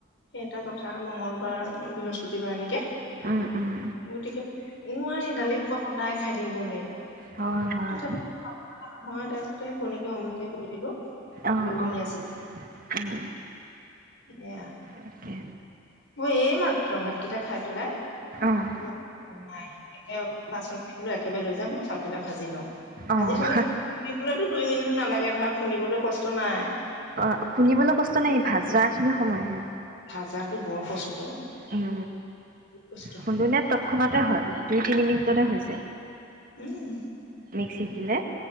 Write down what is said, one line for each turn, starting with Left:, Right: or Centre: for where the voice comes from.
Left: সেই এটা কথা মঙ্গলবাৰ বৃহস্পতিবাৰ এনেকৈ
Right: উম, উম,
Left: মোৰটিকে এই নোৱাৰি দালি সোপা সদায় খাই থাকিবলৈ
Right: হয়, হয়,
Left: তথাপি নহয় তাৰপিছতে সেই কণীকে অমলতে কৰি দিলো
Right: অ'
Left: কণী
Right: অ'
Left: আছিল।
Right: উম
Left: এয়া
Right: তাকে
Left: ম এইম ভিতৰ ভাতকেইটা খাই পেলাই।
Right: অ'
Left: ম নাই এতিয়া বাচন কাটিবলৈ একেবাৰে লৈ যাম মই চাউলকেইটা ভাজি লওঁ।
Right: অ'।
Left: আাজি থাললে ৰিবলেতো দুই মিনি নালাগে ধৰা খুন্দিবলৈ কষ্ট নাই।
Right: অ শুনিবলৈ কষ্ট নাই ভাজা খিনি সময়হে
Left: ভাজাটো বৰ কষ্ট
Right: উম
Left: কষ্ট
Right: খুন্দনিয় তৎক্ষণাতে হয় দুই তিনি মিনিটতে হৈছে।
Left: উম
Right: মিক্সিত দিলে।